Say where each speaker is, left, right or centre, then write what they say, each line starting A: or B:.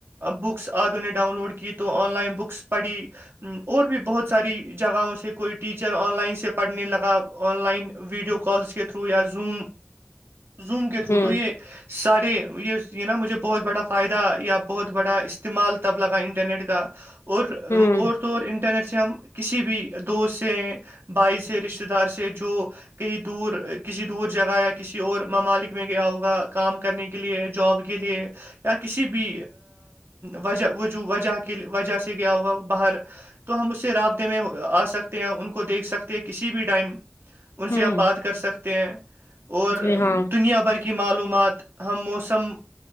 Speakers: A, on the right (about 60°); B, on the left (about 80°).
A: بکس آدوں نے ڈاؤن لوڈ کی تو آن لائن بکس پڑھی ہ اور بھی بہت ساری جہاں اسے کوئی ٹیچر آن لائن سے پڑھنے لگا آن لائن ویڈیو کالس کے تھرو یا زوم زوم کے تھرو
B: ہوں
A: تو یہ سارے یہ نا مجھے بہت بڑا فائدہ یا بہت بڑا استعمال تب لگا انٹرنیٹ کا اور
B: ہوں
A: اور تو اور انٹرنیٹ سے ہم کسی بھی دوست سے بھائی سے رشتتے دار سے جو کہیں دور کسی دور جگہ یا کسی اور ممالک میں گیا ہوگا کام کرنے کے لیے جاب کے لیے یا کسی بھی وجہ وجو وجہ کے وجہ سے گیا ہوگا باہر تو ہم اس سے رابطے میں آ سکتے ہیں ان کو دیکھ سکتے ہیں کسی بھی ٹائم ان
B: ہوں
A: سے ہم بات کر سکتے ہیں اور
B: جی ہاں
A: دنیا بھر کی معلومات ہم موسم